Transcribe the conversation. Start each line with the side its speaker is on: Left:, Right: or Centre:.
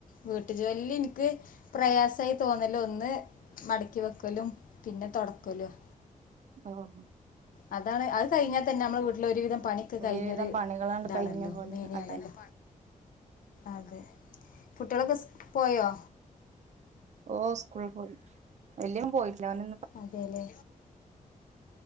Left: വീട്ടു ജോലിൽ എനിക്ക് പ്രയാസമായി തോന്നല്ല് ഒന്ന് മടക്കി വെക്കലും പിന്നെ തൊടക്കലും
Right: ഓഹ്
Left: അതാണ് അത് കഴിഞ്ഞാൽ തന്നെ നമ്മൾ വീട്ടിലെ ഒരുവിധം പണി
Right: ഒരുവിധം
Left: കഴിഞ്ഞരു
Right: പണികളാണ്ട്
Left: ഇതാണല്ലോ
Right: കഴിഞ്ഞ പോലെ
Left: മേനയാണല്ലോ
Right: അതെ
Left: അതെ കുട്ടികളൊക്കെ പോയോ
Right: ഓഹ സ്കൂളിൽ പോയി വല്യോൻ പോയിട്ടില്ല ഓന്
Left: അതെല്ലെ